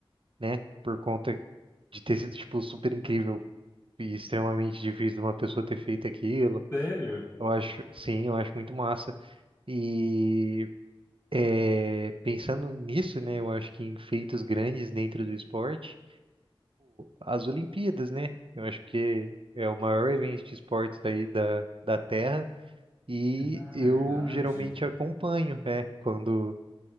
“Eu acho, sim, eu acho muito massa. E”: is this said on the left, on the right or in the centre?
Right